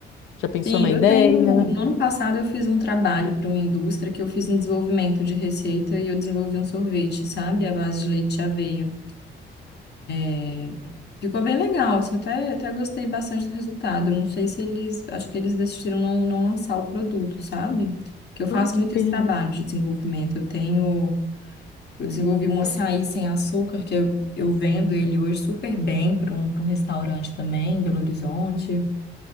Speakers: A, on the left; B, on the left.
A: Já pensou
B: Sim,
A: na
B: eu
A: ideia?
B: tenho. No ano passado eu fiz um trabalho para uma indústria que eu fiz um desenvolvimento de receita e eu desenvolvi um sorvete, sabe? À base de leite de aveia. É, Ficou bem legal, assim, eu até, até gostei bastante do resultado. Eu Não sei se eles, acho que eles decidiram não, não lançar o produto, sabe? Que eu faço
A: Ai, que
B: muito
A: pena.
B: esse trabalho de desenvolvimento. Eu tenho Eu desenvolvi um açaí sem açúcar, que eu, eu vendo ele hoje super bem para um, para um restaurante também, em Belo Horizonte.